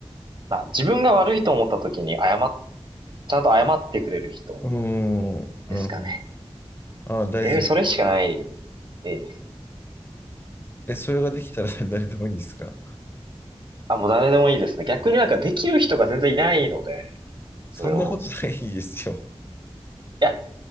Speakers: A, on the right; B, on the left.
A: まあ、自分が悪いと思った時に謝っ、ちゃんと謝ってくれる人
B: うーん、なるほど。
A: ですかね。
B: ああ、大事。
A: えー、それしかないですね。ええ
B: え、それができたら <laughs> 誰でもいいんですか
A: あ、もう誰でもいいですね。逆になんかできる人が全然いないので、
B: そんなことないですよ。
A: それを。いや、